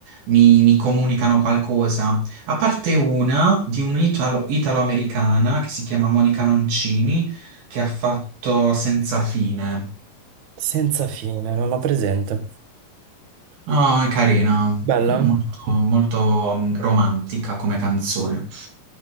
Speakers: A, on the right; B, on the right.
A: mi, mi comunicano qualcosa. A parte una di un'italo- italo-americana che si chiama Monica Mancini, che ha fatto Senza fine.
B: Senza fine, non ho presente.
A: Ah, è carina,
B: Bella?
A: molto, molto mm, romantica come canzone.